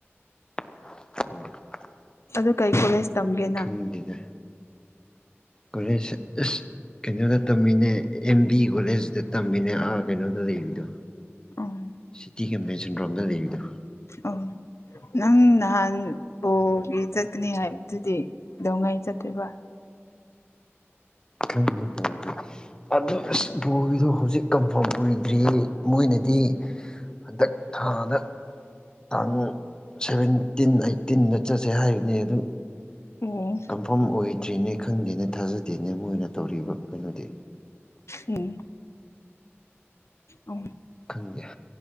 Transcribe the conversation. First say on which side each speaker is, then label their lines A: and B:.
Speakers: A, on the left; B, on the left.
A: ꯎꯝ <unintelligible>
B: ꯑꯗꯨ ꯀꯩ ꯀꯣꯂꯦꯁ ꯇꯝꯒꯦꯅꯪ
A: ꯈꯪꯗꯤꯗ ꯀꯣꯂꯦꯁ ꯑꯁ ꯀꯩꯅꯣꯗ ꯇꯝꯃꯤꯅꯦ ꯑꯦꯝ ꯕꯤ ꯀꯣꯂꯦꯁꯗ ꯇꯝꯃꯤꯅꯦ ꯑꯥ ꯀꯩꯅꯣꯗ ꯂꯩꯕꯗꯣ
B: ꯑꯣ
A: ꯁꯤꯇꯤ ꯀꯟꯚꯦꯟꯁꯟ ꯔꯣꯝꯗ ꯂꯩꯕꯗꯣ
B: ꯑꯧ ꯅꯪ ꯅꯍꯥꯟ ꯕꯣꯒꯤ ꯆꯠꯀꯅꯤ ꯍꯥꯏꯕꯗꯨꯗꯤ ꯀꯩꯗꯧꯉꯩ ꯆꯠꯇꯣꯏꯕ
A: ꯈꯪꯅꯕꯣꯒꯤ ꯑꯗꯨ ꯑꯁ ꯕꯣꯜꯒꯤꯗꯣ ꯍꯧꯖꯤꯛ ꯀꯟꯐꯥꯝ ꯑꯣꯢꯗ꯭ꯔꯤ ꯃꯣꯢꯅꯗꯤ ꯍꯟꯗꯛ ꯊꯥꯗ ꯇꯥꯡ ꯁꯚꯦꯟꯇꯤꯟ ꯑꯩꯠꯇꯤꯟꯗ ꯆꯠꯁꯦ ꯍꯥꯏꯕꯅꯤ ꯑꯗꯨ
B: ꯎꯝ
A: ꯃꯐꯝ ꯑꯣꯏꯗ꯭ꯔꯤꯅꯦ ꯈꯪꯗꯦꯅꯦ ꯊꯥꯖꯗꯦꯅꯦ ꯃꯣꯏꯅ ꯇꯧꯔꯤꯕ ꯀꯩꯅꯣꯗꯤ
B: ꯎꯝ ꯑ
A: ꯈꯪꯗꯦ